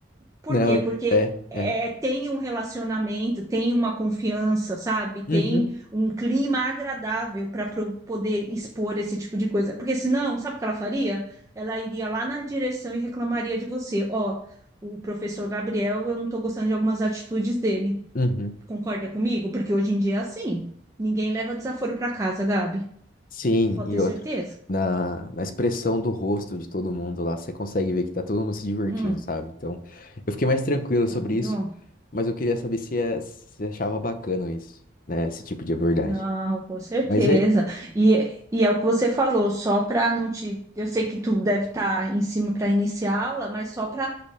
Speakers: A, on the right; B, on the left.
A: Por
B: Não,
A: quê? Porque
B: é,
A: é,
B: é.
A: tem um relacionamento, tem uma confiança, sabe?
B: Uhum,
A: Tem um clima agradável para poder expor esse tipo de coisa. Porque senão, sabe o que ela faria? Ela iria lá na direção e reclamaria de você. Ó, o professor Gabriel, eu não estou gostando de algumas atitudes dele.
B: uhum.
A: Concorda comigo? Porque hoje em dia é assim. Ninguém leva desaforo para casa, Gabi.
B: Sim,
A: Pode
B: e
A: ter
B: outra.
A: certeza.
B: Na, na expressão do rosto de todo mundo lá, você consegue ver que tá todo mundo se divertindo,
A: Hum,
B: sabe? Então, eu fiquei mais tranquilo
A: caralho.
B: sobre isso. Mas eu queria saber se, é, se achava bacana isso, né? Esse tipo de abordagem.
A: Não, com certeza.
B: Mas é.
A: E, e é o que você falou, só para não te. Eu sei que tu deve estar em cima para iniciar a aula, mas só para